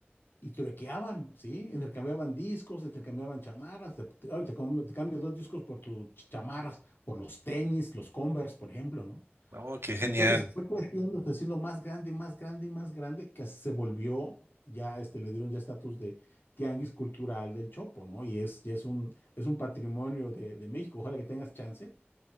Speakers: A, on the left; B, on the right.
A: Y truequeaban, ¿sí? Intercambiaban discos, intercambiaban chamarras, te, te- ah, te com- te cambio dos discos por tus ch- chamarras, por los tenis, los Converse, por ejemplo, ¿no?
B: Oh, qué genial.
A: Y entonces fue creciendo, fue siendo más grande, y más grande y más grande, que se volvió, ya este, le dieron ya estatus de tianguis cultural del Chopo, ¿no? Y es, ya es un, es un patrimonio de, de México. Ojalá que tengas chance,